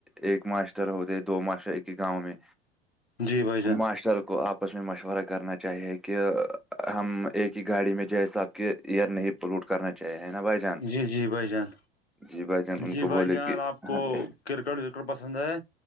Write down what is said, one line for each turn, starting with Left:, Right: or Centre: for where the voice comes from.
Centre: ایک ماسٹر ہوتے دو ماسٹر ایک ہی گاؤں میں
Left: جی بھائی جان
Centre: مسٹر کوپ آس میں مشورہ کرنا چاہیے کہ ہم ایک ہی گاڑی میں جیسا آپ کے ایئر نہیں سلوٹ کرنا چاہیے ہے نا بھائی جان
Left: جی جی بھائی جان
Centre: جی بھائی جان
Left: جی
Centre: ان کو
Left: بھائی
Centre: بولے
Left: جان
Centre: کہ
Left: آپ کو
Centre: ہ
Left: کرکٹ وکٹ پسند ہے